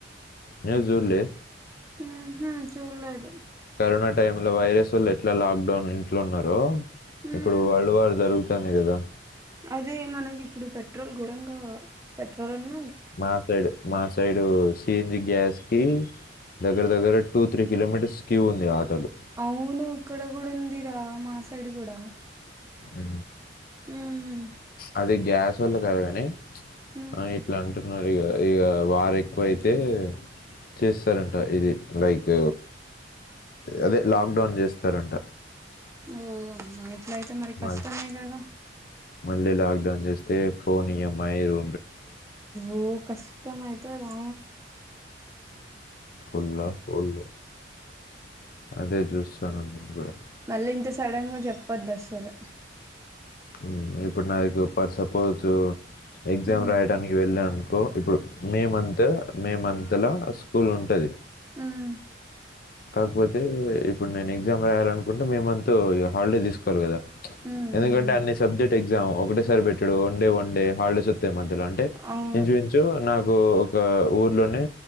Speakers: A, on the left; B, on the right.
A: న్యూస్ చూల్లే
B: ఉహు చూడలేదు
A: కరోనా టైమ్ లో వైరస్ వాళ్ళు ఎట్లా లాక్డౌన్ ఇంట్లో ఉన్నారో
B: ఉమ్
A: ఇప్పుడు వరల్డ్ వార్ జరుగుతు టానే కదా
B: అదే మనకి ఇప్పుడు పెట్రోల్ ఘోరంగా పెట్రోల్ ఉన్న
A: మా సైడు మాస్ సైడు సిఎన్జి గ్యాస్ కి దగ్గర దగ్గర టు త్రీ కిలోమీటర్స్ క్యూ ఉంది ఆటోకి
B: అవును ఇక్కడ కూడా ఉందిరా మా సైడ్ కూడా
A: అ
B: ఉమ్
A: అది గ్యా అసలు కాదు కానీ
B: ఉమ్
A: ఆ ఎట్లా అన్నారు ఇ ఇగ వారు ఎక్కువయితే చేస్తారంట ఇది లైక్ అదే లాక్డౌన్ చేస్తారంట
B: ఓ అమ్మోయ్ ఇట్లాయితే మరి కష్టమే
A: మళ్-
B: కదా
A: మళ్ళీ లాక్డౌన్ చేస్ చేసుకొని ఈఎంఐ లు
B: ఉ కష్టం అయితదా
A: ఉన్న పోలు అదే చూస్తాన్న నేను కూడా
B: మళ్ళీ ఇంత సడన్ గా చెప్పద్దు అసలు
A: ఉ ఇప్పుడు నాకు పర్ సపోజు ఎగ్జామ్
B: ఉమ్
A: రాయడానికి వెళ్ళానుకో ఇప్పుడు మే మంత్ మే మంత్లో స్కూల్ ఉంటది
B: ఉమ్
A: కాకపోతే ఇప్పుడు నేను ఎగ్జామ్ రాయాలి అనుకుంటే మేమంతా హాలిడే తీసుకోవాలి కదా
B: ఉమ్
A: ఎందుకంటే
B: ఉమ్
A: అన్ని సబ్జెక్ట్ ఎగ్జామ్ ఒకటేసారి పెట్టడు ఓన్లీ వన్ డే హాలిడేస్ వస్తాయి మధ్యలో
B: అవును
A: ఇంచు మించు నాకు ఒక ఊర్లోనే